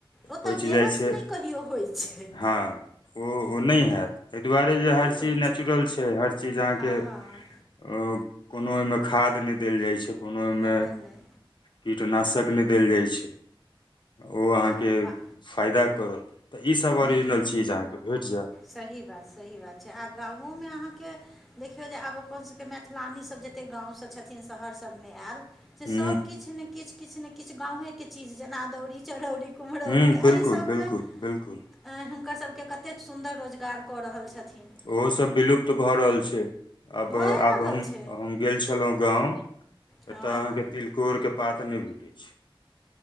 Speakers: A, in the centre; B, on the left.
A: ओतऽ
B: पैच
A: गैस
B: जाई छै
A: नहि कहियो होइ छै
B: हँ ओ-ओ नय हेऽत तैय दुआरे जे
A: नहि
B: हर चीज
A: होइ
B: नेचुरल छै हर चीज आहाँ
A: हँ
B: के ओ कोनो ओयमे खाद नय देल जाइ छै कोनो ओयमे
A: नहि नहि
B: कीटनाशक नय देल जाय छै ओ अहाँ
A: आ
B: के
A: गा
B: फायदा करतऽ इ सब
A: हूँ
B: ओरिजनल छै अहाँ के भेट जाइत्
A: सही बात -सही बात छै आ गाँवो मे अहाँ के देखियौ जे आब अपन सब के मैथलानी सब जतेक गाँव सँ छथिन शहर सब मे आइल सब
B: ह
A: किछ नेै किछ- किछ ने किछ गावे के चीज जेना की अदौरी चरौरी कुमरौरी
B: ह
A: अही
B: बिलकुल
A: सब
B: बिलकुल
A: मे
B: बिलकुल
A: आई हुनकर सबके कतेक सुन्दर रोजगार कऽ रहल छथिन
B: ओहो सब विलुप्त भ रहल छै आब
A: भए
B: -आब
A: रहल
B: हम-
A: छै
B: हम गेल छेलौ गाँव
A: हँ
B: एतऽ अहाँके
A: हँ
B: तिलकोर के पात नै भेटैय छैय